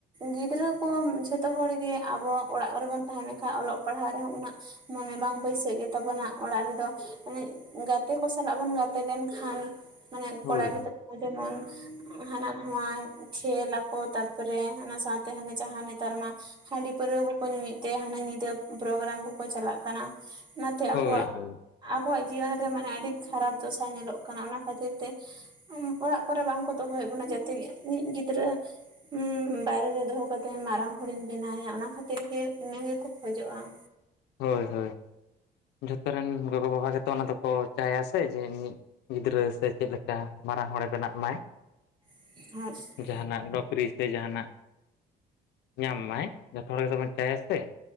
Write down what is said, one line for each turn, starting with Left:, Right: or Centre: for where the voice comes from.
Right: ᱜᱤᱫᱽᱨᱟᱹ ᱠᱚ ᱡᱷᱚᱛᱚ ᱦᱚᱲᱜᱮ ᱟᱵᱚ ᱚᱲᱟᱜ ᱠᱚᱨᱮ ᱵᱚᱱ ᱛᱟᱸᱦᱮ ᱞᱮᱱᱠᱷᱟᱱ ᱚᱞᱚᱜ ᱯᱟᱲᱦᱟᱣ ᱨᱮᱦᱚᱸ ᱩᱱᱟᱹᱜ ᱢᱚᱱᱮ ᱵᱟᱝ ᱵᱟᱹᱭᱥᱟᱹᱜ ᱜᱮᱛᱟᱵᱚᱱᱟ ᱚᱲᱟᱜ ᱨᱮᱫᱚ ᱢᱟᱱᱮ ᱜᱟᱛᱮ ᱠᱚ ᱥᱟᱞᱟᱜ ᱵᱚᱱ ᱜᱟᱛᱮ ᱞᱮᱱᱠᱷᱟᱱ ᱢᱟᱱᱮ
Left: ᱦᱳᱭ
Right: ᱠᱚᱲᱟ ᱜᱤᱫᱽᱨᱟᱹ ᱦᱚᱸ ᱡᱮᱢᱚᱱ ᱦᱟᱱᱟ ᱱᱚᱣᱟ ᱠᱷᱮᱞ ᱟᱠᱚ ᱛᱟᱨᱯᱚᱨᱮ ᱚᱱᱟ ᱥᱟᱶᱛᱮ ᱦᱟᱱ ᱡᱟᱦᱟᱸ ᱱᱮᱛᱟᱨ ᱢᱟ ᱦᱟᱺᱰᱤ ᱯᱟᱹᱨᱟᱹᱣᱟ ᱠᱚᱠᱚ ᱧᱩᱭᱮᱫ ᱛᱮ ᱦᱟᱱᱮ ᱧᱤᱫᱟᱹ ᱯᱨᱳᱜᱨᱟᱢ ᱠᱚᱠᱚ ᱪᱟᱞᱟᱜ ᱠᱟᱱᱟ ᱚᱱᱟᱛᱮ
Left: ᱦᱳᱭ
Right: ᱟᱠᱚᱣᱟᱜ
Left: ᱦᱳᱭ
Right: ᱟᱠᱚᱣᱟᱜ ᱡᱤᱭᱚᱱ ᱨᱮ ᱢᱟᱱᱮ ᱟᱹᱰᱤ ᱠᱷᱟᱨᱟᱯ ᱫᱚᱥᱟ ᱧᱮᱞᱚᱜ ᱠᱟᱱᱟ ᱚᱱᱟ ᱠᱷᱟᱹᱛᱤᱨ ᱛᱮ ᱚᱲᱟᱜ ᱠᱚᱨᱮᱜ ᱵᱟᱝᱠᱚ ᱫᱚᱦᱚᱭᱮᱫ ᱵᱚᱱᱟ ᱡᱟᱛᱮ ᱤᱧᱤᱡ ᱜᱤᱫᱽᱨᱟᱹ ᱦᱩᱸ ᱵᱟᱭᱨᱮ ᱨᱮ ᱫᱚᱦᱚ ᱠᱟᱛᱮᱫ ᱢᱟᱨᱟᱝ ᱦᱚᱲᱤᱧ ᱵᱮᱱᱟᱣᱮᱭᱟ ᱚᱱᱟ ᱠᱷᱟᱹᱛᱤᱨ ᱜᱮ ᱤᱱᱟᱹ ᱜᱮᱠᱚ ᱠᱷᱚᱡᱚᱜᱼᱟ᱾ <unintelligible>
Left: ᱦᱳᱭ ᱦᱳᱭ ᱡᱚᱛᱚ ᱨᱮᱱ ᱜᱚᱜᱚ ᱵᱟᱵᱟ ᱜᱮᱛᱚ ᱚᱱᱟ ᱫᱚᱠᱚ ᱪᱟᱭᱟ ᱥᱮ ᱡᱮ ᱤᱧᱤᱡ ᱜᱤᱫᱽᱨᱟᱹ ᱥᱮ ᱪᱮᱫ ᱞᱮᱠᱟ ᱢᱟᱨᱟᱝ ᱦᱚᱲᱮ ᱵᱮᱱᱟᱜ ᱢᱟᱭ᱾
Right: <unintelligible>
Left: ᱡᱟᱦᱟᱱᱟᱜ ᱱᱚᱠᱨᱤ ᱥᱮ ᱡᱟᱦᱟᱱᱟᱜ ᱧᱟᱢ ᱢᱟᱭ ᱡᱚᱛᱚ ᱦᱚᱲ ᱜᱮᱛᱵᱚᱱ ᱪᱟᱭᱟ ᱥᱮ